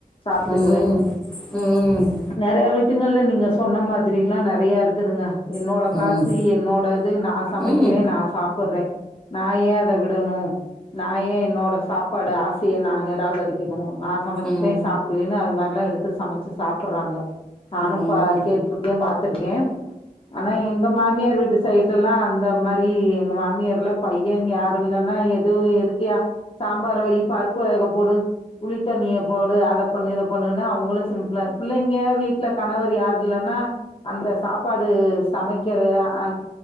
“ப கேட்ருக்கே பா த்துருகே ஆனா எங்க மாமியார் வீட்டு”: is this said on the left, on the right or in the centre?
Left